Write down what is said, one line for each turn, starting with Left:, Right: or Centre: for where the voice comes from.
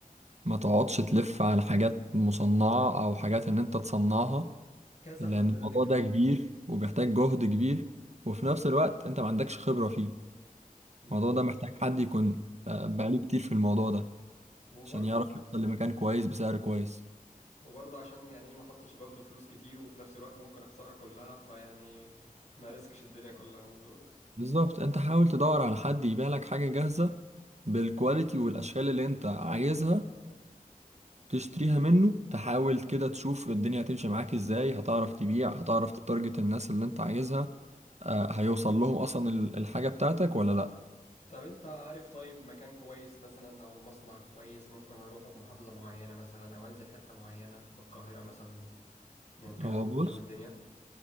Right: ما تقعدش تلف على حاجات مصنعة او حاجات ان انت تصنعها
Left: كذا
Right: لان
Left: حد
Right: الموضوع
Left: قال لي كده
Right: ده كبير وبيحتاج جهد كبير وفي نفس الوقت انت ما عندكش خبرة فيه
Left: بز-
Right: الموضوع ده محتاج حد يكون آه، بقاله كتير في الموضوع ده
Left: وبرضه
Right: عشان يعرف يوصل لمكان كويس بسعر كويس
Left: وبرضه عشان يعني ايه ما احطش برضه فلوس كتير وفي نفس الوقت ممكن اخسرها كلها فيعني ما ريسكش الدنيا كلها مظبوط
Right: بالظبط انت حاول تدور على حد يبيع لك حاجة جاهزة بالكواليتي والاشكال اللي انت عايزها تشتريها منه تحاول كده تشوف الدنيا هتمشي معاك ازاي هتعرف تبيع هتعرف تتارجت الناس اللي انت عايزها آه، هيوصل لهم اصلا ال- الحاجة بتاعتك ولا لا
Left: طب انت عارف طيب مكان كويس مثلا او مصنع كويس ممكن اروحه بمحافظة معينة مثلا او انزل حتة معينة في القاهرة مثلا ممكن
Right: هو
Left: اروح
Right: بص
Left: اشوف الدنيا